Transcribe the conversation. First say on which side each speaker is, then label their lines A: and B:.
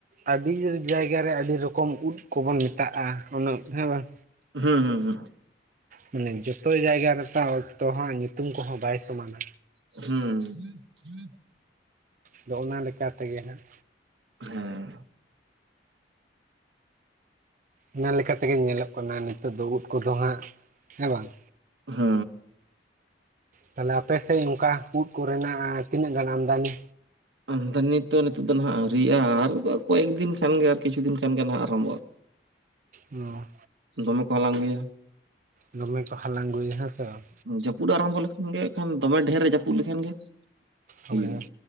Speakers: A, on the right (about 45°); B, on the right (about 85°).
A: ᱟᱹᱰᱤ ᱡᱟᱭᱜᱟ ᱨᱮ ᱟᱹᱰᱤ ᱨᱚᱠᱚᱢ ᱩᱫᱽ ᱠᱚᱵᱚᱱ ᱢᱮᱛᱟᱜᱼᱟ᱾ ᱩᱫᱽ ᱦᱮᱸ ᱵᱟᱝ᱾
B: ᱦᱩᱸ ᱦᱩᱸ ᱦᱩᱸ ᱾
A: ᱢᱟᱱᱮ ᱡᱚᱛᱚ ᱡᱟᱭᱜᱟ ᱨᱮᱛᱚ ᱚᱠᱛᱚ ᱦᱚᱸ ᱧᱩᱛᱩᱢ ᱠᱚᱦᱚᱸ ᱵᱟᱭ ᱥᱚᱢᱟᱱᱟ᱾
B: ᱦᱩᱸ ᱾ <unintelligible>
A: ᱟᱫᱚ ᱚᱱᱟ ᱞᱮᱠᱟ ᱛᱮᱜᱮ ᱦᱟᱸᱜ
B: ᱦᱮᱸ ᱾
A: ᱚᱱᱟ ᱞᱮᱠᱟ ᱛᱮᱜᱮ ᱧᱮᱞᱚᱜ ᱠᱟᱱᱟ, ᱱᱤᱛᱚᱜ ᱫᱚ ᱩᱫᱽ ᱠᱚᱫᱚ ᱦᱟᱸᱜ ᱦᱮᱸ ᱵᱟᱝ᱾
B: ᱦᱮᱸ ᱾
A: ᱛᱟᱦᱚᱞᱮ ᱟᱯᱮ ᱥᱮᱫ ᱚᱱᱠᱟ ᱩᱫᱽ ᱠᱚᱨᱮᱱᱟᱜ ᱛᱤᱱᱟᱹᱜ ᱜᱟᱱ ᱟᱢᱫᱟᱱᱤ?
B: ᱟᱢᱫᱟᱱᱤ ᱱᱤᱛ ᱛᱚ ᱱᱤᱛᱚᱜ ᱫᱚ ᱱᱟᱦᱟᱜ ᱟᱹᱣᱨᱤᱭᱟᱜᱼᱟ, ᱟᱨ ᱠᱚᱭᱮᱠ ᱫᱤᱱ ᱠᱷᱟᱱ ᱜᱮ ᱟᱨ ᱠᱤᱪᱷᱩ ᱫᱤᱱ ᱠᱷᱟᱱ ᱜᱮ ᱱᱟᱜ ᱟᱨᱚᱢᱵᱷᱚᱜᱼᱟ᱾
A: ᱚᱸ
B: ᱫᱚᱢᱮ ᱠᱚ ᱦᱟᱞᱟᱝ ᱟᱹᱜᱩᱭᱟ
A: ᱫᱚᱢᱮ ᱠᱚ ᱦᱟᱞᱟᱝ ᱟᱹᱜᱩᱭᱟ ᱦᱮᱸ ᱥᱮ ᱵᱟᱝ
B: ᱡᱟᱹᱯᱩᱫ ᱟᱨᱟᱢ ᱜᱮ ᱠᱷᱟᱱ ᱫᱚᱢᱮ ᱰᱷᱮᱨ ᱨᱮ ᱡᱟᱹᱯᱩᱫ ᱞᱮᱠᱷᱟᱱ ᱜᱮ ᱦᱩᱭᱩᱜᱼᱟ᱾
A: ᱦᱳᱭ ᱦᱳᱭ